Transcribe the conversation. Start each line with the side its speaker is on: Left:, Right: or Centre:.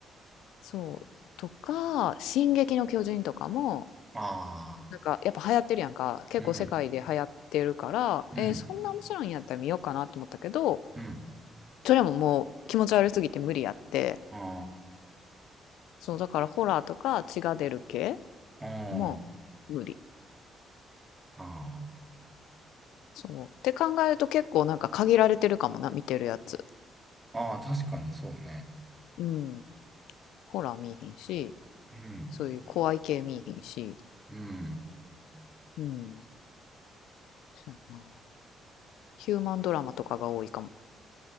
Left: そう。とか、進撃の巨人とかも、
Right: ああ。
Left: なんかやっぱ流行ってるやんか結構世界で流行ってるからえーそんな面白いんやったら見ようかなって思ったけど
Right: うん。うん。うん。
Left: それももう気持ち悪すぎて無理やって
Right: あ
Left: そうだからホラーとか血が出る系
Right: あ。
Left: もう無理
Right: ああ。あ
Left: そうって考えると結構なんか限られてるかもな見てるやつ
Right: あ。ああ、確かにそうね。
Left: うんホラー見いひんし
Right: うん。
Left: そういう怖い系見いひんし
Right: うん。
Left: うんそうやなヒューマンドラマとかが多いかも